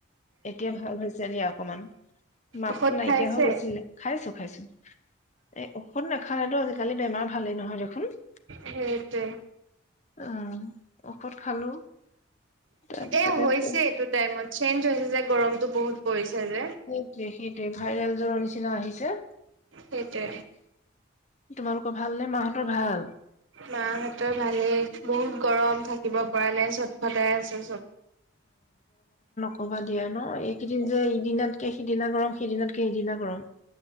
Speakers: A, on the left; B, on the right.
A: এতিয়া ভাল হৈছে দিয়া অকণমান। মাতটো
B: ঔষধ
A: নাইকিয়া
B: খাইছে?
A: হৈ গৈছিলে খাইছোঁ খাইছোঁ। এই ঔষধ না। খাইটো আজিকালি। বেমাৰ ভালেই নহয় দেখোন--উম
B: সেইটোৱে,
A: ঔষধ খালো তাৰপিছতে
B: এ হৈছে
A: আকৌ।
B: এইটো টাইমত চেঞ্জ হৈছে যে গৰমটো বহুত পৰিছে। যে।
A: সেইটোৱে, সেইটোৱে ভাইৰেল জ্বৰৰ নিচিনা আহিছে।
B: সেইটোৱে,
A: তোমালোকৰ ভাল নে মাহঁতৰ ভাল।
B: মাহঁতৰ ভালেই বহুত গৰম থাকিব পৰা নাই চট ফটাই আছো সব।
A: ক'বা দিয়া ন এইকেইদিন যে এইদিনাতকে সিদিনা গৰম সেইদিনাতকে এইদিনা গৰম।